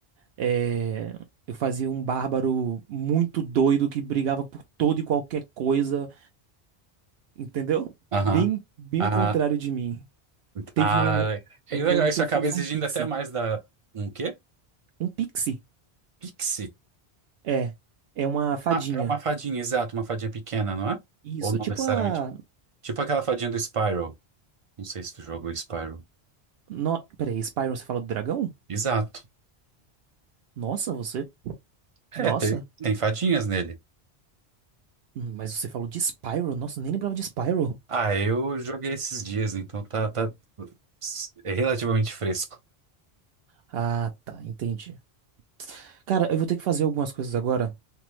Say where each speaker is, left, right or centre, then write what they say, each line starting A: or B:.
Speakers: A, on the right; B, on the right.
A: é, eu fazia um bárbaro muito doido que brigava por todo e qualquer coisa, entendeu?
B: Aham.
A: Bem, bem
B: Ah,
A: o contrário de mim. Teve
B: ah,
A: um,
B: é
A: teve
B: legal,
A: um
B: isso
A: que eu
B: acaba
A: fiz
B: exigindo
A: um pixie.
B: até mais da. Um quê?
A: Um pixie?
B: Pixie?
A: É. É uma fadinha.
B: Ah, é uma fadinha, exato, uma fadinha pequena, não é?
A: Isso.
B: Ou não
A: Tipo
B: necessariamente.
A: a
B: Tipo aquela fadinha do Spyro. Não sei se tu jogou Spyro.
A: No... Peraí, Spyro você fala do dragão?
B: Exato.
A: Nossa, você.
B: É,
A: Nossa.
B: tem, tem fadinhas nele.
A: Hum, Mas você falou de Spyro? Nossa, eu nem lembrava de Spyro.
B: Ah, eu joguei esses dias, então tá, tá s- é relativamente fresco.
A: Ah, tá, entendi. Cara, eu vou ter que fazer algumas coisas agora.